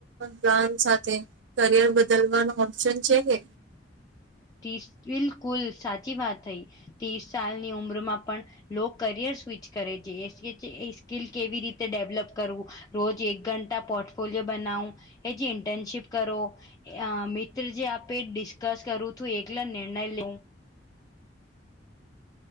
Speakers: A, on the right; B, on the left.
A: પ્લાન સાથે કરિયર બદલવાનો ઓપ્શન છે કે.
B: <inaudible> બિલકુલ સાચી વાત થઈ ત્રીસ સાલની ઉંમરમાં પણ. લો કરિયર સ્વિચ કરે છે એ <inaudible> સ્કીલ કેવી રીતે ડેવલપ કરવું. રોજ એક ઘંટા પોર્ટફોલિયો બનાવ એજી ઇન્ટર્નશિપ કરો. અ મિત્ર જે આપે ડિસ્કસ કરું છું એકલા નિર્ણય લેવું.